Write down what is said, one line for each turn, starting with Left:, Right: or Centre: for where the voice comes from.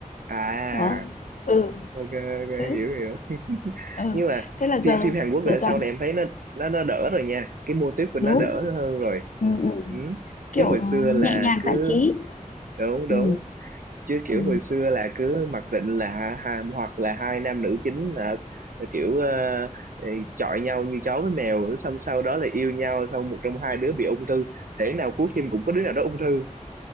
Right: à
Left: đó ừ
Right: ok ok
Left: Đấy,
Right: hiểu hiểu
Left: ừ.
Right: nhưng mà
Left: thế là
Right: phim
Left: giờ
Right: phim Hàn Quốc
Left: giờ
Right: ở sau
Left: toàn
Right: này em thấy nó nó nó đỡ rồi nha cái mô típ của
Left: đúng
Right: nó đỡ hơn rồi
Left: ừ, ừ.
Right: Ừ.
Left: kiểu
Right: Chứ hồi xưa
Left: nhẹ
Right: là
Left: nhàng
Right: cứ
Left: giải trí
Right: đúng đúng
Left: ừ.
Right: chứ kiểu
Left: Ừ.
Right: hồi xưa là cứ mặc định là ha, hoặc là hai nam nữ chính là kiểu ờ, ờ, chọi nhau như chó với mèo xong sau đó là yêu nhau xong một trong hai đứa bị ung thư thể nào cuối phim cũng có đứa nào đó ung thư